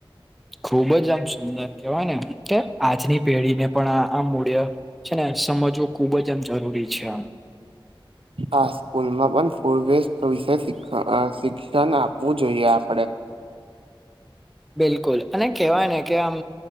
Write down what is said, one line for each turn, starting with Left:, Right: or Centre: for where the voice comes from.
Centre: ખુબ જ આમ સુંદર કહેવાય ને કે આજની પેઢી ને પણ આ આ મૂલ્ય છે ને સમજવું ખુબ જ જરૂરી છે.
Right: હા સ્કૂલમાં પણ ફૂડ વેસ્ટ વિશે શિક્ષણ અ અ આપવું જોઈએ આપણે.
Centre: બિલકુલ અને કેહેવાય ને કે આમ